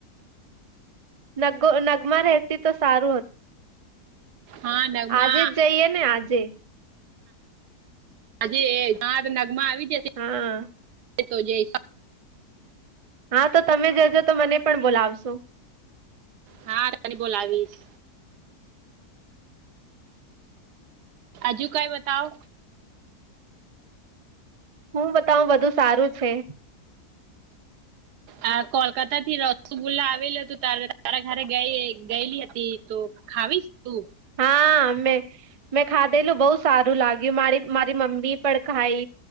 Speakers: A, on the right (about 35°); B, on the right (about 90°).
A: નગ નગમા રહેતી તો સારું હતુ.
B: હા નગમા
A: આજે જ જઈએ ને આજે
B: આજે હ નગમાં આવી
A: હા
B: જશે જેબ <unintelligible>
A: હા તો તમે જજો તો મને પણ બોલાવશો.
B: હા તને બોલાવીશ. આજુ કઈ બતાવ.
A: હું બતાું બધુ સારું છે.
B: આ કોલકાતા થી રસગુલ્લા આવેલું હતું તારે તારા ઘરે ગયેલી હતી તો ખાવીશ. શું.
A: હા મેં મેં ખાધેલું બહુ સારું લાગ્યું મારી મારી મમ્મી પણ ખાઈ